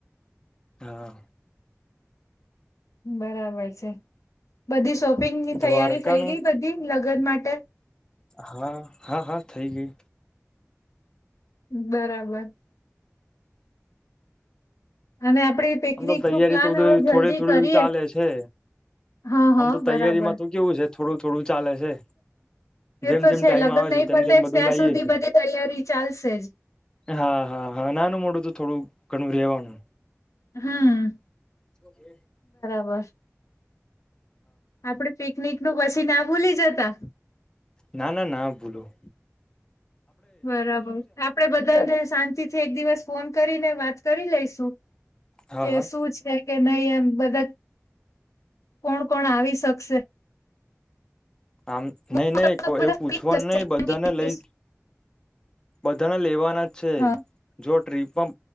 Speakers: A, on the left; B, on the left.
A: હા
B: બરાબર છે બધી શોપિંગ શોપિંગ ની
A: દ્વારકાનું
B: તૈયારી થઈ ગઈ બધી લગન માટે
A: હા હા હા થઈ ગઈ
B: બરાબર અને આપડી પિકનિક
A: આમ તો તૈયારી
B: નું પ્લાન
A: તો બધું
B: હવે જલ્દી
A: થોડી થોડી
B: કરીએ
A: ચાલે છે
B: હા
A: આમ
B: હા
A: તો તૈયારીમાં
B: બરાબર
A: તો કેવું છે થોડું થોડું ચાલે છે જેમ
B: એ તો
A: જેમ
B: છે
A: ટાઈમ
B: લગ્ન
A: આવે
B: નહીં
A: છે તેમ
B: પણતા
A: તેમ બધું
B: ત્યાં
A: લાઈએ
B: સુધી
A: છે
B: બધી તૈયારી ચાલશે જ
A: હા હા હા નાનું મોડું તો થોડું ઘણું રહેેવાનું
B: હમ
A: ઓ
B: વહ <inaudible> આપડ પિકનિક નું પછી ના ભૂલી જતા
A: ના ના ના ભૂલું
B: બરાબર આપડે બધાને શાંતિ થી એક દિવસ ફોન કરીને વાત કરી લઈશું.
A: હા
B: કે
A: હા
B: શું છે, કે નહી એમ બધા કોણ કોણ આવી શકશે,
A: આમ
B: મોસ્ટ ઓફ
A: નઈ નહી
B: તો
A: કોઈ
B: બધા
A: એવું પૂછવાનું
B: ફ્રી જશે
A: નહીિ
B: કેમ
A: બધાને
B: કે ઇંગ્લિશ.
A: લઈ બધાને લેવાના જ છે
B: હા
A: જો ટ્રીપમાં